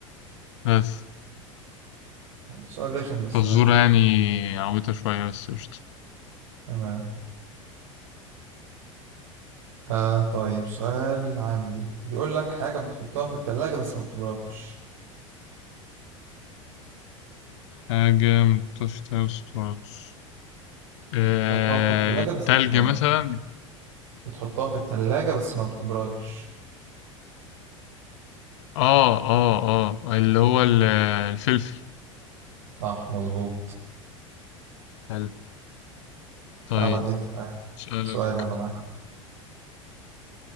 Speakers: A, on the left; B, on the right.
A: بس
B: سؤال رخم بس
A: فالزورة
B: ماشي
A: يعني عويطة شوية بس قشطة
B: تمام آه طيب سؤال عندي بيقول لك حاجة بتحطها في التلاجة بس ما بتبردش
A: حاجة متقدرش تلبس خالص آه...
B: بتحطها في التلاجة
A: التلج
B: بس ما بتبردش
A: مثلا
B: بتحطها في التلاجة بس ما بتبردش
A: اه اه اه اللي هو ال- الفلفل
B: صح مظبوط
A: حلو طيب
B: يلا اديني سؤال
A: أسألك
B: سؤال يلا معاك